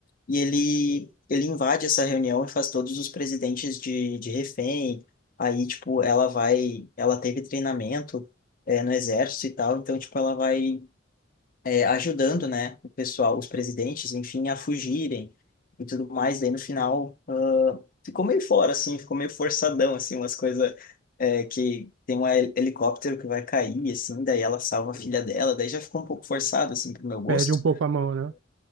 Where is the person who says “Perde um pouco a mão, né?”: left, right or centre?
Right